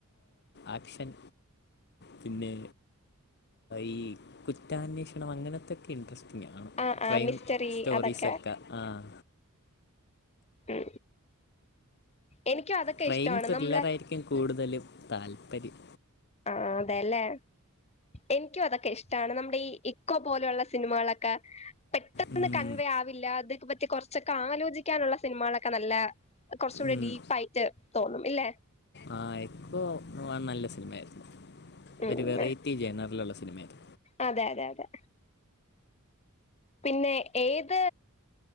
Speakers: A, on the left (about 50°); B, on the left (about 30°).
A: ആക്ഷൻ പിന്നെ ഈ കുറ്റാന്വേഷണം അങ്ങനത്തൊക്കെ ഇൻട്രസ്റ്റിംഗ് ആണ്.
B: ആഹ്
A: ക്രൈം
B: ആഹ് മിസ്റ്ററി
A: സ്റ്റോറീസ്
B: അതൊക്കെ
A: ഒക്കെ ആഹ്
B: ക്ക് എനിക്കും അതൊക്കെ
A: ക്രയിം
B: ഇഷ്ടമാണ്
A: ത്രില്ലറായിരിക്കും
B: നമ്മളെ
A: കൂടുതലും താൽപര്യം.
B: ആ അതേല്ലെ. എനിക്കും അതതൊക്കെ ഇഷ്ട ട്ടാണ്. നമ്മുടെ ഈ ഇക്കോ പോലുള്ള സിനിമകളൊക്കെ പെട്ടെന്ന്
A: ഉം,
B: കൺവേ ആവില്ല അത് പറ്റി കുറച്ചൊക്കെ ആലോചിക്കാനുള്ള സിനിമകളൊക്കെ നല്ല കൊറ്ച്ചുകൂടെ
A: ഉം.
B: ഡീപ്പ ആയിട്ട് തോന്നും. ഇല്ലെ
A: ആ ഇപ്പോ നല്ല സിനിമയായിരുന്നു
B: ഉം
A: ഒരു വെറൈറ്റി ജനറൽള്ള സിനിമയായിരുന്നു
B: അതെ അതെ അതെ പിന്നെ ഏത്